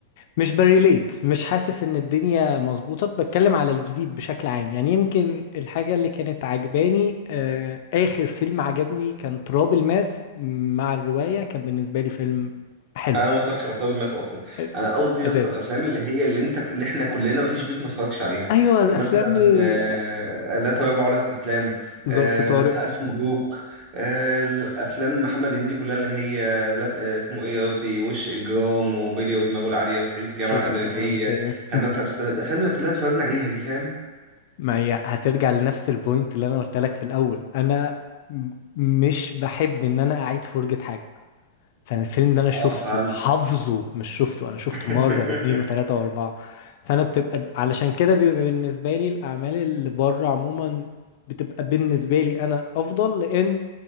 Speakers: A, on the left; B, on the right.
A: مش بريليت مش حاسس ان الدنيا مظبوطه بتكلم على الجديد بشكل عام يعني يمكن الحاجه اللي كانت عجباني آه، اخر فيلم عجبني كان تراب الماس مع الروايه كان بالنسبه لي فيلم حلو
B: انا ما اتفرجتش على تاول ماس اصلا
A: آه،
B: انا قصدي يا
A: اساس
B: اسطى الافلام اللي هي اللي انت اللي احنا كلنا ما فيش بيت ما اتفرجش عليها
A: ايوه الافلام
B: مثلا
A: ال-
B: آه، لا تراجع ولا استسلام
A: ظرف
B: آه،
A: طارق
B: مثلا الف مبروك آه، الافلام محمد هنيدي كلها اللي هي لا آه، اسمه ايه يا ربي وش اجرام وبيلي ودماغه العاليه وصعيدي في الجامعه
A: صعيدي
B: الامريكيه
A: في الجامعه الامريكيه
B: همام في امستردام الافلام اللي كلنا اتفرجنا عليها دي فاهم
A: ما هي هترجع لنفس البوينت اللي انا قلت لك في الاول انا م- مش بحب ان انا اعيد فرجة حاجة فانا الفيلم ده انا شفته
B: اه فهمت
A: حافظه مش شفته انا شفته
B: <laughs>
A: مرة واتنين وتلاتة واربعة فانا بتبقى علشان كده بيبقى بالنسبة لي الاعمال اللي بره عموما بتبقى بالنسبة لي انا افضل لان